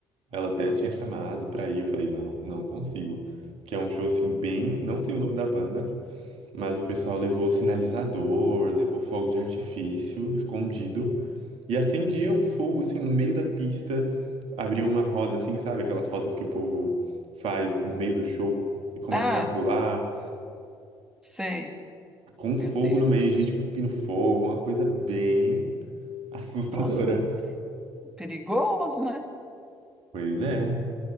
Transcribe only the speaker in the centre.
Ah,
sei.
Meu Deus.
Nossa, perigoso, né?